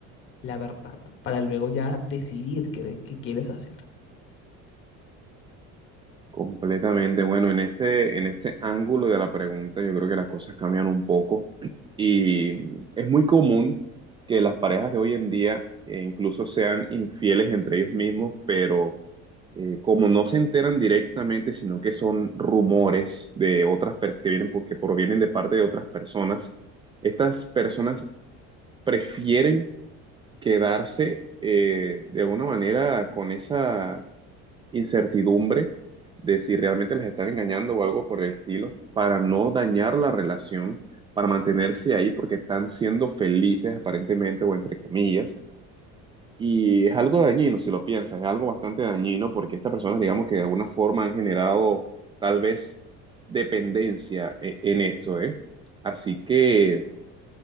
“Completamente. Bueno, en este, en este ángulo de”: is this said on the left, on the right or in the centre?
Right